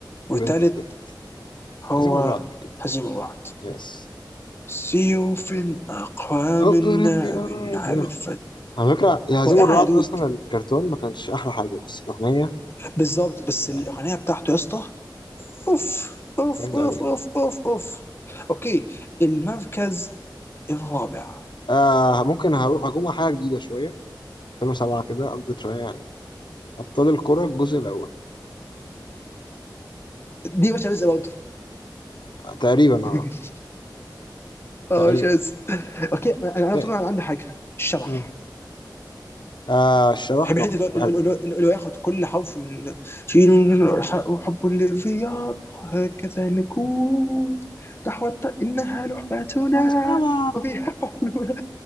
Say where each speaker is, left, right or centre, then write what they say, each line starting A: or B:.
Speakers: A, on the left; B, on the left.
A: والثالث
B: ولا أنت التالت
A: هو
B: هزيم الرعد أكيد
A: هزيمة واحد
B: يس
A: سيوف أقوى
B: أبرك
A: من نار
B: أراعد
A: عرفت
B: يا أخو على فكرة يا هزيم
A: رائعة
B: الرعد
A: يا دود
B: أصلا الكرتون ما كانش أحلى حاجة بس الأغنية
A: بالظبط بس
B: يعني
A: الاغنيه بتاعته يا اسطى اوف اوف
B: جامدة
A: اوف
B: أوي
A: اوف اوف اوف اوكي المركز الرابع
B: آه ممكن هجوم على حاجة جديدة شوية 2007 كده أقضي شوية يعني. أبطال الكرة الجزء الأول
A: دي مش عايز برضه
B: آه، تقريبا
A: <laughs>
B: اه
A: اه
B: تقريبا
A: مش عايز اوكي انا انا
B: إيه.
A: طبعا عندي حاجه الشبح
B: مم. آه الشبح
A: بحب
B: ما
A: الحته
B: كنتش
A: اللي هو-
B: بحبه
A: اللي هو- اللي هو- اللي هو ياخد كل حرف من شيلوا الحق وحب اللي في ياض هكذا نكون نحو انها لعبتنا
B: آه، السما
A: وفيها حلول